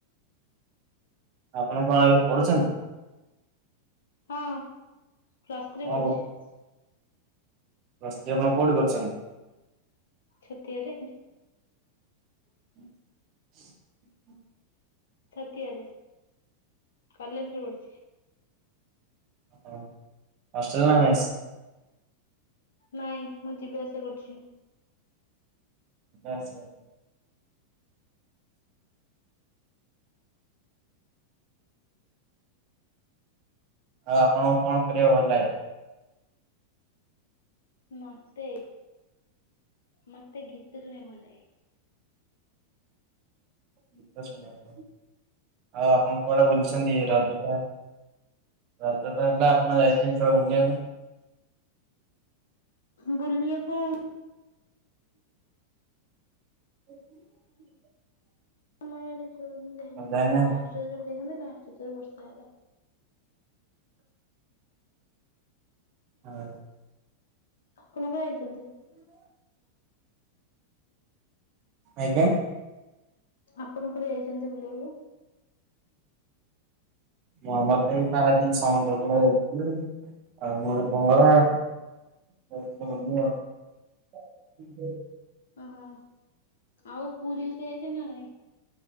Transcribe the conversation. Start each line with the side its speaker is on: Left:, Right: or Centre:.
Right: ଆପଣ କଣ ଏବେ ପଢୁଛନ୍ତି?
Left: ଆଉ ହଁ ପଲ୍ସଥ୍ରରୀ
Right: କଣ
Left: ପଡୁଛି।
Right: ପ୍ଳଥ୍ରୀ ଆପଣ କୋଉଠି କର୍ଚନ୍ତି?
Left: ଛତିଆରେ।
Right: ହ <unintelligible>
Left: ଛାତିଆରେ, କଲେଜ ରେ ପଢୁଛି।
Right: ଓ, ହଷ୍ଟେଲ ନା ମେସ୍?
Left: ନାଇଁ, ମୁଁ ଯିବା ଆସିବା କରୁଛି।
Right: ଆଚ୍ଛା। ଆଉ ଆପଣଙ୍କୁ କଣ କରିବାକୁ ଭଲ ଲାଗେ?
Left: ମତେ, ମତେ ଗୀତ ଶୁଣିବାକୁ ଭଲ ଲାଗେ।
Right: ଗୀତ ଶୁଣିବାକୁ ଭଲ ଲାଗେ। ଆଉ ଆପଣ କୁଆଡେ ବୁଲିଛନ୍ତି ରଜ? ରଜ ତ ହେଲା ଆପଣ ଯାଇଥିବେ କୁଆଡେ ବୁଲିବାକୁ?
Left: ବୁଲିବାକୁ
Right: ହ <unintelligible>
Left: ନାଇଁ ଇଆଡେ କୁଆଡେ ମୁଁ ଯାଇନି
Right: କଣ ଯାଇନାହାନ୍ତି?
Left: ଲାଷ୍ଟ ରଜରେ ଯାଇଥାନ୍ତି ଲାଷ୍ଟ ରଜରେ ବର୍ଷା ହେଲା।
Right: ହଁ।
Left: ଆପଣ କୁଆଡେ଼ ଯାଇଛନ୍ତି?
Right: ହ <unintelligible> ଆଜ୍ଞା।
Left: ଆପଣ କୁଆଡେ଼ ଯାଇଛନ୍ତି ବୁଲିବାକୁ?
Right: <unintelligible> <unintelligible>
Left: ଓହୋ, ଆଉ ପୁରୀ ଯାଇଛ ନା ନାଇଁ?